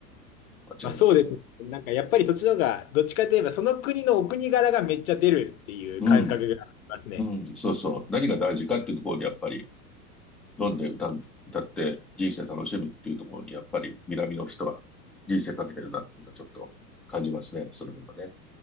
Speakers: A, in the centre; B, on the left.
A: 間違いなくね。
B: まあ、そうですね。なんかやっぱりそっちの方が、
A: うん、
B: どっちかといえばその国のお国柄がめっちゃ出るっていう感覚がありますね。
A: うん、うんそうそう。何が大事かっていうところでやっぱり飲んで歌ん、歌って人生楽しむっていうところにやっぱり南の人は人生かけてるなっていうのはちょっと感じますね。その辺はね。